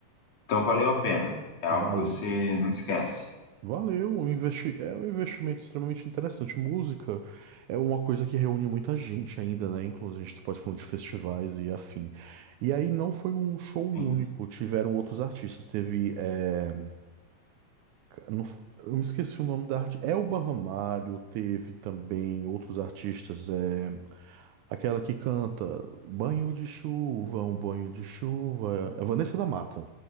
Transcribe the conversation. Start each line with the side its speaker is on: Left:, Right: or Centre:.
Left: Então valeu a pena. É algo
Right: Valeu.
Left: que você não esquece.
Right: Valeu, um investi- é um investimento extremamente interessante. Música é uma coisa que reúne muita gente ainda, né? Inclusive, a gente pode falar de festivais e afim. E aí não foi um show único,
Left: Sim.
Right: tiveram outros artistas. Teve. é, Não f- eu me esqueci o nome da arte. Elba Ramalho teve também outros artistas. É, aquela que canta Banho de Chuva, um banho de chuva. É Vanessa da Mata.